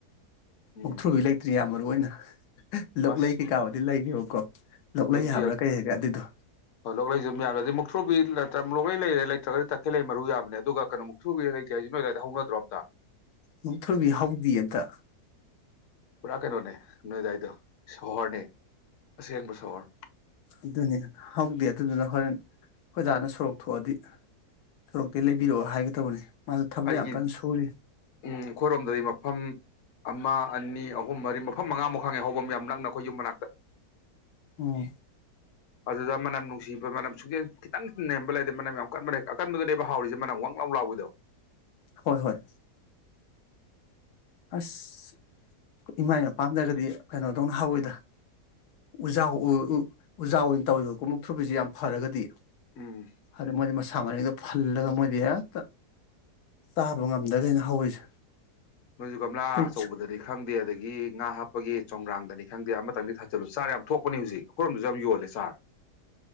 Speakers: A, on the left; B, on the left.
A: ꯎꯝ
B: ꯃꯨꯛꯊ꯭ꯔꯨꯕꯤ ꯂꯩꯇ꯭ꯔꯤ ꯌꯥꯝ ꯃꯔꯨꯑꯣꯏꯅ ꯂꯣꯛꯂꯩ
A: ꯑꯁ
B: ꯀꯩꯀꯥꯕꯨꯗꯤ ꯂꯩꯔꯦꯕꯀꯣ ꯂꯣꯛꯂꯩ
A: ꯅꯣꯏꯒꯤ
B: ꯍꯥꯏꯕ꯭ꯔꯥ ꯀꯩ ꯍꯥꯏꯒꯦ ꯑꯗꯨꯗꯣ
A: ꯍꯣꯏ ꯂꯣꯛꯂꯩꯖꯨ ꯑꯗꯨꯝ ꯌꯥꯕꯅ‌ꯦ ꯑꯗꯩ ꯃꯨꯛꯊ꯭ꯔꯨꯕꯤ ꯂꯩꯇ꯭ꯔ <unintelligible> ꯂꯩꯔꯦ ꯂꯩꯇ꯭ꯔꯒꯗꯤ ꯇꯈꯦꯜꯂꯩ ꯃꯔꯨ ꯌꯥꯕꯅꯦ ꯑꯗꯨꯒ ꯀꯩꯅ‌ꯣ ꯃꯨꯛꯊ꯭ꯔꯨꯕꯤ ꯂꯩꯇꯦ ꯍꯥꯏꯖꯤ ꯅꯣꯏ ꯑꯗꯥꯏꯗ ꯍꯧꯅꯗ꯭ꯔꯣ ꯑꯝꯇ
B: ꯃꯨꯛꯊ꯭ꯔꯨꯕꯤ ꯍꯧꯗꯤꯌꯦ ꯑꯝꯇ
A: ꯄꯨꯔꯥ ꯀꯩꯅꯣꯅꯦ ꯅꯣꯏ ꯑꯗꯥꯏꯗꯣ ꯁꯣꯍꯣꯔꯅꯦ ꯑꯁꯦꯡꯕ ꯁꯣꯍꯣꯔ
B: ꯑꯗꯨꯅꯦ ꯍꯧꯗꯦ ꯑꯗꯨꯗꯨꯅ ꯍꯣꯔꯦꯟ ꯑꯩꯈꯣꯏ ꯗꯥꯅ ꯁꯣꯔꯣꯛ ꯊꯣꯛꯑꯗꯤ ꯁꯣꯔꯣꯛꯇꯩ ꯂꯩꯕꯤꯔꯛꯑꯣ ꯍꯥꯏꯒ‌ꯦ ꯇꯧꯕꯅꯦ ꯃꯥꯗꯣ ꯊꯕꯛ
A: ꯑꯩꯒꯤ
B: ꯌꯥꯝ ꯀꯟꯅ ꯁꯨꯔꯤ
A: ꯎꯝ ꯑꯩꯈꯣꯏꯔꯣꯝꯗꯗꯤ ꯃꯐꯝ ꯑꯃ ꯑꯅꯤ ꯑꯍꯨꯝ ꯃꯔꯤ ꯃꯐꯝ ꯃꯉꯥꯃꯨꯛ ꯈꯪꯉꯦ ꯍꯧꯕꯝ ꯌꯥꯝ ꯅꯛꯅ ꯑꯩꯈꯣꯏ ꯌꯨꯝ ꯃꯅꯥꯛꯇ
B: ꯑꯣ
A: ꯑꯗꯨꯗ ꯃꯅꯝ ꯅꯨꯡꯁꯤꯕ ꯃꯅꯝ ꯁꯨꯡꯆꯦꯟ ꯈꯤꯇꯪ ꯅꯦꯝꯕ ꯂꯩꯗꯦ ꯃꯅꯝ ꯌꯥꯝ ꯀꯟꯕ ꯂꯩ ꯑꯀꯟꯕꯗꯨꯅꯦꯕ ꯍꯥꯎꯔꯤꯖ‌ꯦ ꯃꯅꯝ ꯋꯡ ꯂꯥꯎ ꯂꯥꯎꯋꯤꯗꯣ
B: ꯍꯣꯏ ꯍꯣꯏ ꯑꯁ ꯏꯃꯥꯏ ꯃꯄꯥꯝꯗꯒꯗꯤ ꯀꯩꯅꯣꯗꯧꯅ ꯍꯧꯋꯤꯗ ꯎꯖꯥꯎ ꯎ‌ ꯎ‌ ꯎꯖꯥꯎ ꯑꯣꯏꯅ ꯇꯧꯋꯤꯕꯀꯣ ꯃꯨꯛꯊ꯭ꯔꯨꯕꯤꯖ‌ꯦ ꯌꯥꯝ ꯐꯔꯒꯗꯤ
A: ꯎꯝ
B: ꯍꯥꯏꯗꯤ ꯃꯣꯏꯗꯤ ꯃꯁꯥ ꯃꯔ‌ꯦꯝꯒ ꯐꯜꯂꯒ ꯃꯣꯏꯗꯤ ꯍꯦꯛꯇ ꯇꯥꯕ ꯉꯝꯗꯒꯩꯅꯤ ꯍꯧꯔꯤꯁꯦ
A: ꯅꯣꯏꯖꯨ ꯒꯝꯂꯥ
B: ꯑꯩꯈꯣꯏ
A: ꯑꯆꯧꯕꯗꯗꯤ ꯈꯪꯗꯦ ꯑꯗꯒꯤ ꯉꯥ ꯍꯥꯞꯄꯒꯤ ꯆꯣꯡꯒ꯭ꯔꯥꯡꯗꯅꯤ ꯈꯪꯗꯦ ꯑꯃꯇꯪꯗꯤ ꯊꯥꯖꯜꯂꯨ ꯆꯥꯔ ꯌꯥꯝ ꯊꯣꯛꯄꯅꯤ ꯍꯧꯖꯤꯛ ꯑꯩꯈꯣꯏꯣꯝꯁꯨ ꯌꯥꯝ ꯌꯣꯂꯦ ꯆꯥꯔ꯫